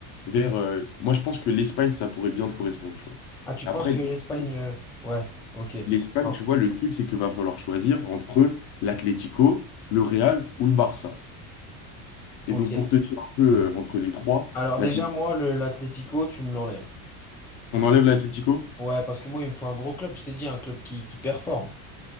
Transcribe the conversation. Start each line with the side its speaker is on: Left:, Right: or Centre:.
Left: vers euh, moi, je pense que l'Espagne, ça pourrait bien te correspondre, tu vois.
Centre: Ah tu
Left: Après,
Centre: penses que
Left: l'Espagne,
Centre: l'Espagne, euh, ouais, ok,
Left: L'Espagne,
Centre: Oh,
Left: tu vois, le truc, c'est qu'il va falloir choisir entre l'Atlético, le Real ou le Barça.
Centre: ok.
Left: Et donc, pour te dire un peu euh, entre les trois,
Centre: Alors
Left: l'Atlético,
Centre: déjà moi le l'Atlético, tu me l'enlèves.
Left: on enlève l'Atlético?
Centre: Ouais, parce que moi il me faut un gros club. Je t'ai dit un club qui, qui performe.